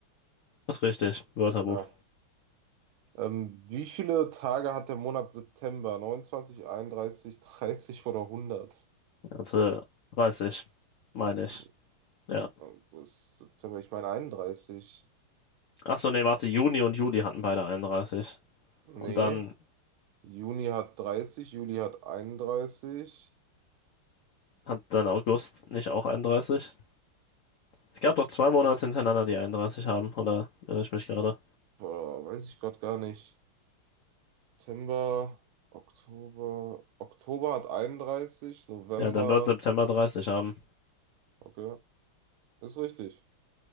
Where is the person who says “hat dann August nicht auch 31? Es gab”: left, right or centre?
Left